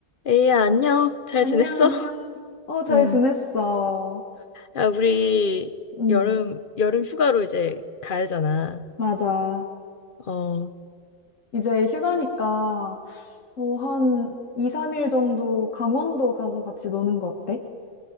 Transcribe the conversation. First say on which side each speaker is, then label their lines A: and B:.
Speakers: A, on the left; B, on the left.
A: 에이야, 안녕. 잘
B: 안녕,
A: 지냈어?
B: 안녕.
A: <laughs>
B: 어, 잘
A: 응.
B: 지냈어.
A: 야, 우리
B: 음,
A: 여름, 여름 휴가로 이제 가야 되잖아.
B: 맞아.
A: 어,
B: 이제 휴가니까, 어, 한 2, 3일 정도 강원도 가서 같이 노는 거 어때?